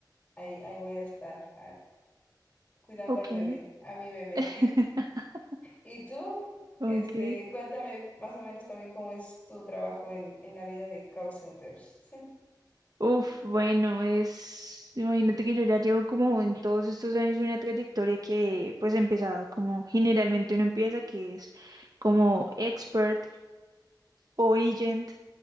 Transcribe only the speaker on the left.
ahí, ahí voy a estar ah, cuidando
al bebé, a mi bebé.
Y tú,
este, cuéntame más o menos también cómo es tu trabajo en, en la vida de call centers. <laughs>